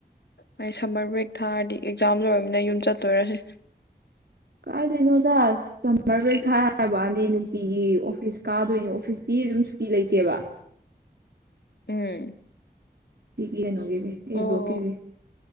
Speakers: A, on the left; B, on the right.
A: ꯑꯩ ꯁꯝꯃꯔ ꯕ꯭ꯔꯦꯛ ꯊꯥꯔꯗꯤ ꯑꯦꯛꯖꯥꯝ ꯂꯣꯏꯔꯕꯃꯤꯅ ꯌꯨꯝ ꯆꯠꯇꯣꯏꯔꯁꯤ
B: ꯀꯥꯏꯗꯩꯅꯣꯗ ꯁꯃ꯭ꯔ ꯕ꯭ꯔꯦꯛ ꯊꯥꯏ ꯍꯥꯏꯔꯕꯅꯤ ꯅꯨꯡꯇꯤꯒꯤ ꯑꯣꯐꯤꯁ ꯀꯥꯗꯣꯏꯅꯤ ꯑꯣꯐꯤꯁꯇꯤ ꯑꯗꯨꯝ ꯁꯨꯇꯤ ꯂꯩꯇꯦꯕ
A: ꯎꯝ
B: ꯁꯤ ꯀꯅꯣꯒꯤ ꯑꯦ
A: ꯑꯣ
B: ꯕ꯭꯭ꯔꯣꯀꯤꯁꯦ